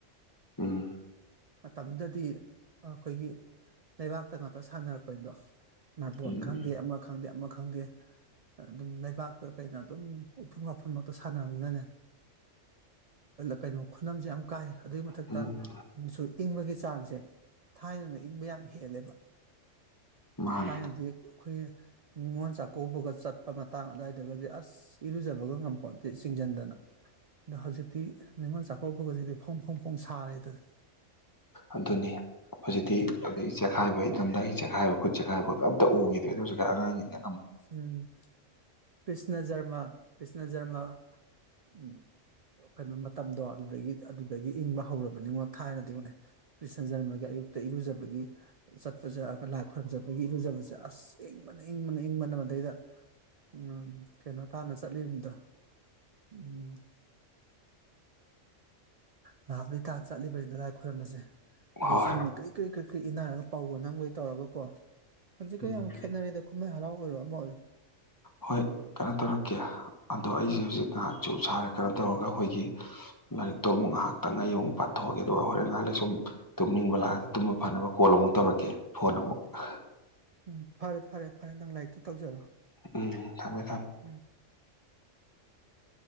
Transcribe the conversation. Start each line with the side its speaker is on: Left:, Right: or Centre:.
Left: ꯎꯝ
Right: ꯃꯇꯝꯗꯨꯗꯗꯤ ꯑꯩꯈꯣꯏꯒꯤ ꯂꯩꯕꯥꯛꯇ ꯉꯥꯛꯇ ꯁꯥꯟꯅꯔꯛꯄꯅꯤꯗꯣ ꯃꯔꯄꯣꯟ
Left: ꯎꯝ
Right: ꯈꯪꯗꯦ ꯑꯃ ꯈꯪꯗꯦ ꯑꯃ ꯈꯪꯗꯦ ꯑꯗꯨꯝ ꯂꯩꯕꯥꯛꯇ ꯀꯩꯅ ꯑꯗꯨꯝ ꯎꯐꯨ ꯋꯥꯐꯟꯕꯇꯣ ꯁꯥꯟꯅ ꯂꯩꯂꯅꯦ ꯀꯩꯅꯣ ꯈꯨꯅꯝꯁꯦ ꯌꯥꯝ ꯀꯥꯏ ꯑꯗꯨꯏ ꯃꯊꯛꯇ
Left: ꯎꯝ
Right: ꯑꯃꯨꯛꯁꯨ ꯏꯪꯕꯒꯤ ꯆꯥꯡꯁꯦ ꯊꯥꯏꯅꯅ ꯏꯪꯕ ꯌꯥꯝ ꯍꯦꯜꯂꯦꯕ
Left: ꯃꯥꯅꯤ
Right: ꯊꯥꯏꯅꯗꯤ ꯑꯩꯈꯣꯏ ꯅꯤꯉꯣꯜ ꯆꯥꯛꯀꯧꯕꯒ ꯆꯠꯄ ꯃꯇꯥꯡ ꯑꯗꯨꯋꯥꯏꯗꯒꯗꯤ ꯑꯁ ꯏꯔꯨꯖꯕꯒ ꯉꯝꯄꯣꯠꯇꯦ ꯆꯤꯡꯁꯤꯟꯗꯅ ꯑꯗꯣ ꯍꯧꯖꯤꯛꯇꯤ ꯅꯤꯉꯣꯜ ꯆꯥꯛꯀꯧꯕꯧꯕꯒꯖꯤꯗꯤ ꯐꯣꯡ ꯐꯣꯡ ꯐꯣꯡ ꯁꯥꯔꯦꯗꯅ
Left: ꯑꯗꯨꯅꯤ ꯍꯧꯖꯤꯛꯇꯤ ꯑꯗꯒꯤ ꯆꯈꯥꯏꯕ ꯑꯩꯔꯝꯗꯥꯏꯒꯤ ꯆꯈꯥꯏꯕ ꯈꯨꯠ ꯆꯈꯥꯏꯕ ꯑꯝꯇ ꯎꯈꯤꯗ꯭ꯔꯦꯗ ꯍꯧꯖꯤ ꯔꯥꯡꯉꯝꯕ
Right: ꯎꯝ ꯀ꯭ꯔꯤꯁꯅ ꯖꯔꯃ ꯀ꯭ꯔꯤꯁꯅ ꯖꯔꯃ ꯎꯝ ꯀꯩꯅꯣ ꯃꯇꯝꯗꯣ ꯑꯗꯨꯗꯒꯤ ꯑꯗꯨꯗꯒꯤ ꯏꯪꯕ ꯍꯧꯔꯕꯅꯤꯉꯣ ꯊꯥꯏꯅꯗꯤ ꯏꯉꯛꯅꯦ ꯀ꯭ꯔꯤꯁꯅ ꯖꯔꯃꯒꯤ ꯑꯌꯨꯛꯇ ꯏꯔꯨꯖꯕꯒꯤ ꯆꯠꯄꯁ ꯂꯥꯏ ꯈꯣꯏꯔꯨꯝꯖꯕꯒꯤ ꯏꯔꯨꯖꯕꯁꯦ ꯑꯁꯪꯕꯅꯤ ꯏꯪꯕꯅ ꯏꯪꯕꯅ ꯃꯗꯩꯗ ꯎꯝ ꯀꯩꯅꯣ ꯇꯥꯅ ꯆꯠꯂꯤꯗꯣ ꯎꯝ ꯅꯍꯥꯕ ꯂꯩꯇꯥꯟ ꯆꯠꯂꯤꯕꯅꯤꯅ ꯂꯥꯏ ꯈꯣꯏꯔꯝꯕꯁꯦ ꯑꯗꯨꯁꯨ
Left: ꯍꯣꯏ
Right: ꯃꯤꯅꯤ ꯀꯔꯤ ꯀꯔꯤ ꯀ꯭ꯔꯤ ꯀ꯭ꯔꯤ ꯏꯟꯅꯔꯒ ꯄꯥꯎꯒ ꯅꯪꯒꯣꯏ ꯇꯧꯔꯒꯀꯣ ꯍꯧꯖꯤꯛꯀ
Left: ꯎꯝ
Right: ꯌꯥꯝ ꯈꯦꯠꯅꯔꯦꯗ ꯀꯨꯝꯍꯩ ꯍꯔꯥꯎ ꯑꯣꯏꯔꯣ ꯑꯃ ꯑꯣꯏꯔꯣ
Left: ꯍꯣꯏ ꯀꯩꯅꯣ ꯇꯧꯔꯛꯀꯦ ꯑꯗꯣ ꯑꯩꯁꯦ ꯍꯧꯖꯤꯛ ꯉꯥꯏꯍꯥꯛꯁꯨ ꯁꯥꯔꯦ ꯀꯩꯅꯣ ꯇꯧꯔꯒ ꯑꯩꯈꯣꯏꯒꯤ ꯂꯥꯏꯔꯤꯛꯇꯣ ꯑꯃꯨꯛ ꯉꯥꯏꯍꯥꯛꯇꯪ ꯉ ꯑꯩ ꯑꯃꯨꯛ ꯄꯥꯊꯣꯛꯑꯒꯦ ꯑꯗꯨꯒ ꯍꯣꯔꯦꯟꯀꯥꯏꯥꯟꯂ ꯁꯨꯝ ꯇꯨꯝꯅꯤꯡꯕ ꯂꯥꯛꯑꯒꯗꯤꯨꯝ ꯐꯅꯕ ꯀꯣꯜ ꯑꯃꯨꯛ ꯇꯧꯔꯛꯀꯦ ꯐꯣꯟ ꯑꯃꯨꯛ ꯑ
Right: ꯎꯝ ꯐꯔꯦ ꯐꯔꯦ ꯐꯔꯦ ꯅꯪ ꯂꯥꯏꯔꯤꯛꯇꯨ ꯇꯧꯖꯔꯣ
Left: ꯎꯝ ꯊꯝꯃꯦ ꯊꯝꯃꯦ
Right: ꯎꯝ